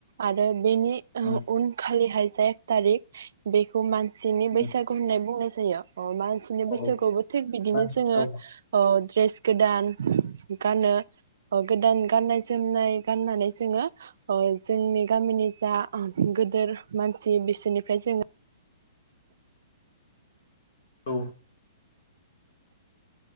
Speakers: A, on the right; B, on the left.
A: आरो बेनि ओ
B: उम
A: उन खालिहाय से थारिख बेखौ मानसि सिनि बैसागु
B: उम
A: होननाय बुंनाय जायो ओ मानसिनि
B: औ
A: बैसागुआवबो
B: औ
A: थिग बिदिनो
B: मानसि
A: जोंङो
B: औ
A: ओ द्रेस गोदान गानो गोदान गाननाय जोमनाय गाननानै जोंङो अ जोंनि गामिनि जा गोदोर मानसि बिसोरनि फ्राय जोंङो
B: औ